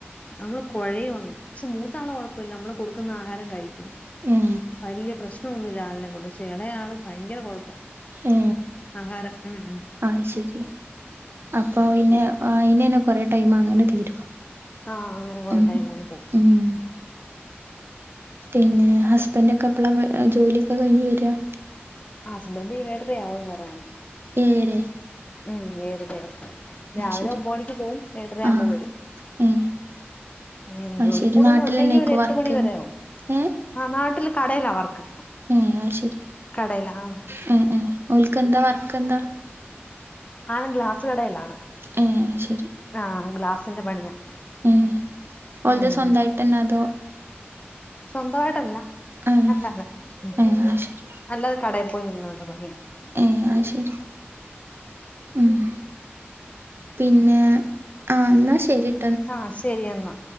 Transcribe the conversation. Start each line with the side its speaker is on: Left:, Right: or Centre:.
Left: നമ്മള് കൊഴയും അങ്ങ് പക്ഷെ മൂത്ത ആള് കൊഴപ്പല്ല നമ്മള് കൊട്ക്ക്ന്ന ആഹാരം കഴിക്കും
Right: ഏ
Left: വല്ല്യ പ്രശ് നോന്നുല്ല ആളിനെ കൊണ്ട് ക്ഷേ എളേയാള് ഭയങ്കര കൊഴപ്പ
Right: ഏ
Left: ആഹാരം മ് മ്
Right: അത് ശരി അപ്പൊ ഇന്നെ ഐനെന്നെ കൊറെ ടൈമ് അങ്ങനെ തീരും.
Left: ആ അങ്ങനെ കൊറെ
Right: ഉം
Left: ടൈമ് അങ്ങ് പോകും.
Right: ഉം പിന്നെ ഹസ്ബന്റൊക്കെ എപ്പളാ ജോലിഒക്കെ കഴിഞ് വെരാ
Left: ഹസ്ബന്റ് എഴരയാവും വരാന്
Right: ഏഴരേ-
Left: ഉം ഏഴര രാവിലെ
Right: ശരി
Left: ഒമ്പത് മണിക്ക് പോകും ഏഴരയാവുമ്പോ
Right: ആ
Left: വരും.
Right: ഏ
Left: ഉം
Right: അത്
Left: ജോലിക്കൂടുതൽ
Right: ശരി നാട്ടിലന്നേക്കും
Left: ഉണ്ടെങ്കി ഒര് എട്ട്
Right: വർക്ക്
Left: മണി
Right: ചെയ്യണെ
Left: വരെ ആവും.
Right: ഏ
Left: ആ നാട്ടിൽ കടേലാ വർക്ക്
Right: ഏ അത് ശെരി
Left: കടയിലാ ആ
Right: മ് മ് ഓൽക്കെന്താ വർക്കെന്താ
Left: ആണ് ഗ്ലാസ് കടേലാ
Right: ഏ അത് ശെ
Left: ആ ഗ്ലാസിന്റെ പണിയാ
Right: ഏ ഓലത്
Left: ഉം
Right: സ്വന്തായ്ട്ടെന്നെ അതോ
Left: സ്വന്തമായിട്ടല്ല.
Right: ഏ
Left: അല്ലാതെ മ്
Right: ഏ അത് ശരി
Left: അല്ലാതെ കടേൽ പോയി നിന്നുള്ള പണിയ
Right: ഏ അത് ശെരി മ് പിന്നെ ആ ന്നാ ശെരി
Left: ആ ശെരി എന്നാ